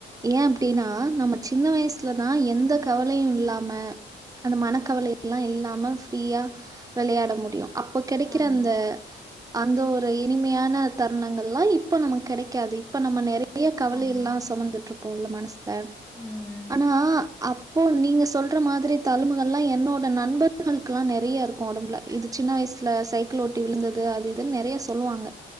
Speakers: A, on the right; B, in the centre.
A: ஏ அப்டின்னா நம்ம சின்ன வயசுலதா எந்த கவலையு இல்லாம அந்த மனக்கவல எல்லா இல்லாம ஃப்ரீயா வெளையாட முடியு அப்போ கெடைக்கிற
B: ஆமா,
A: அந்த அந்த ஒரு இனிமையான தருணங்கள்லா இப்ப நமக்கு கெடைக்காது இப்ப நம்ம நெறைய கவலை
B: ஆமா.
A: எல்லா சுமந்துட்டு இருப்போல மனசு ல
B: ம்.
A: ஆனா அப் இப்போ நீங்க சொல்ற மாதிரி தலும்புகள்லா என்னோட நண்பர்களுக்குல்லா நெறைய இருக்கு ஒடம்புல இது சின்ன வயசுல சைக்கிள் ஓட்டி விழுந்தது அது இதுன்னு நெறைய சொல்லுவாங்க